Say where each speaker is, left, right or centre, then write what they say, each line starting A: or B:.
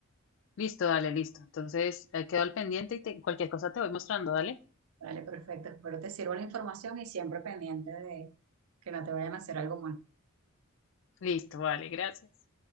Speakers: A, on the left; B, on the right.
A: listo, dale, listo. Entonces eh, quedo al pendiente y te- cualquier cosa te voy mostrando, dale.
B: Vale, perfecto, espero te sirva la información y siempre pendiente de que no te vayan a hacer algo mal.
A: Listo, vale, gracias.